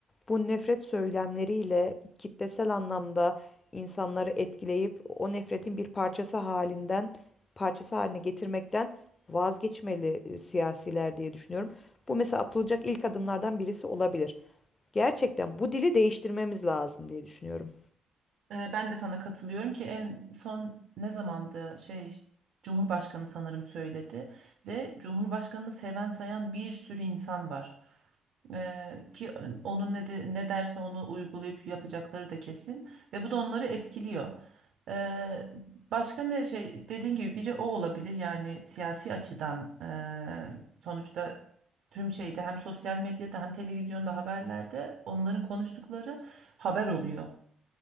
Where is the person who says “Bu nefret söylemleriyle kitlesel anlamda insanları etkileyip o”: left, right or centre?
Left